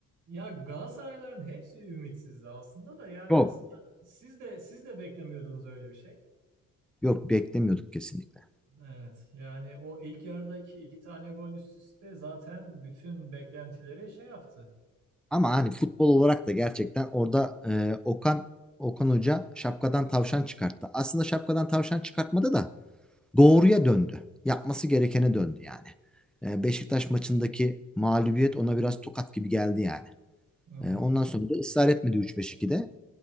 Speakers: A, on the right (about 75°); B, in the centre.
A: Ya Galatasarayların hepsi ümitsizdi aslında da yani
B: Yok.
A: aslında siz de siz de beklemiyordunuz öyle bir şey.
B: Yok beklemiyorduk kesinlikle.
A: Evet yani o ilk yarıdaki iki tane gol üst üste zaten bütün beklentileri şey yaptı.
B: Ama hani futbol olarak da gerçekten orada e, Okan Okan Hoca şapkadan tavşan çıkarttı. Aslında şapkadan tavşan çıkartmadı da doğruya döndü. Yapması gerekene döndü yani. E, Beşiktaş maçındaki mağlubiyet ona biraz tokat gibi geldi yani.
A: Hmm,
B: E, ondan sonra da ısrar etmedi 3-5-2'de.